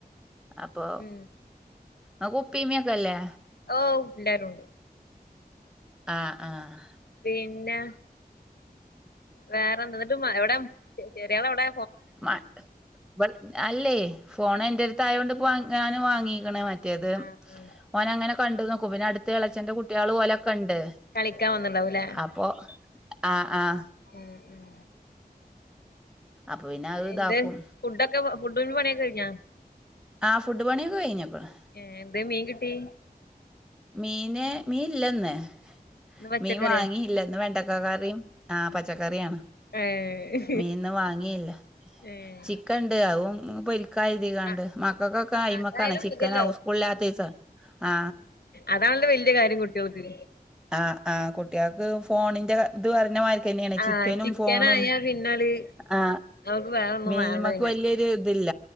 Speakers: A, in the centre; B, on the left (about 80°).
A: അപ്പൊ
B: ഉം
A: ആഉപ്പിമ്മിക്കല്ലേ
B: ഓഹ് എല്ലാരുണ്ട്
A: ആഹ് ആഹ്
B: പിന്നെ വേറെന്തെന്നിട്ടും എവിടെ ചെ ചെറ ചെറിയളെവിടെ
A: മട്ട് ഇവൾ അല്ലേ ഫോൺ എന്റെ അടുത്തായൊണ്ട്പ്പം വാ ഞാൻ വാങ്ങിക്ക്ണ് മറ്റേത്
B: ആഹ് ആഹ്
A: ഓനങ്ങനെ കണ്ട് നോക്കും പിന്നെ അടുത്ത് ഇളച്ചന്റെ കുട്ട്യാള് ഒലകെണ്ട്
B: കളിക്കാൻ വന്നിണ്ടാവൂല്ലേ
A: അപ്പൊ ആഹ് ആഹ്
B: ഉം ഉം
A: അപ്പൊ പിന്നെ അത് ഇതാക്കും
B: എന്ത് ഫുഡൊക്കെ ഫുഡിന്റെ പണിയൊകെ കഴിഞ്ഞ?
A: ആ ഫുഡ്പണിയൊക്കെഴിഞ്ഞ്ക്ക് ണ്
B: ഏ എന്തേ മീൻ കിട്ടി?
A: മീന് മീൻ ഇല്ലെന്ന്
B: ഇന്ന് പച്ചക്കറിയാ
A: മീൻ വാങ്ങിയില്ലന്ന് വെണ്ടക്ക കറിം ആ പച്ചക്കറിയാണ്
B: ഏഹ്
A: മീനിന്ന് വാങ്ങിയില്ല
B: ഏഹ്
A: ക്കെ ഉണ്ട് അവും ക്കാ രുതികാണ്ട്
B: ആഹ്
A: മക്കൾക്കൊക്കെ യിമക്കാണ്
B: അതായാലും
A: ചിക്കനാ
B: മതിയല്ലോ
A: ഉസ്കൂൾ ല്ലാത്തസം ആ
B: അതാണല്ലോവല്ല്യകാര്യം കുട്ട്യോൾക്ക്.
A: അ ആ കുട്ട്യാൾക്ക് ഫോണിന്റെ ഇത് പറഞ്ഞമായ്‌രി ക്കെന്നെണ്
B: ആഹ്
A: ചിക്കനും
B: ചിക്കൻ
A: ഫോണും
B: ആയാ പിന്നത്
A: ആ
B: <unintelligible>
A: മീന്‌മ്മക്ക്
B: പിന്നെ
A: വല്യയൊരു ഇതില്ല